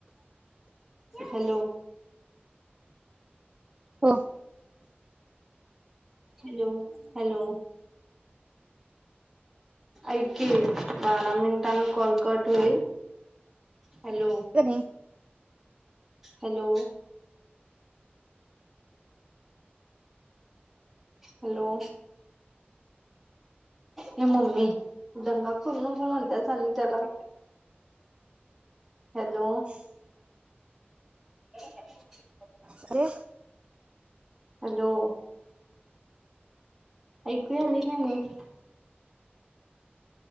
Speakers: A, in the centre; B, on the right.
A: हॅलो.
B: हो.
A: Hello hello. ऐक बारा मिनिटान कोलकट होईल. हॅलो.
B: क
A: हॅलो हॅलो. हे ममी दंगा करुनको म्हण काय झालं त्याला हॅलो,
B: ह <unintelligible>
A: ह <unintelligible>
B: ते
A: हॅलो. ऐकू आली का नाहे.